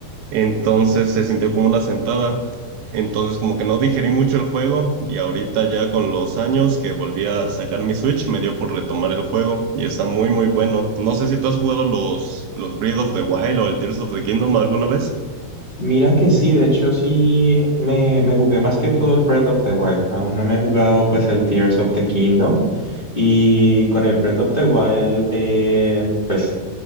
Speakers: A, on the right; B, on the left.
A: Entonces se sintió como una sentada, entonces como que no digerí mucho el juego y ahorita ya con los años que volví a sacar mi Switch me dio por retomar el juego y está muy muy bueno. No sé si tú has jugado los, los Breath of the Wild o el Tears of the Kingdom alguna vez.
B: Mira que sí, de hecho sí me, me jugué más que todo el Breath of the Wild. Aún no me he jugado pues el Tears of the Kingdom. Y con el Breath of the Wild, eh, pues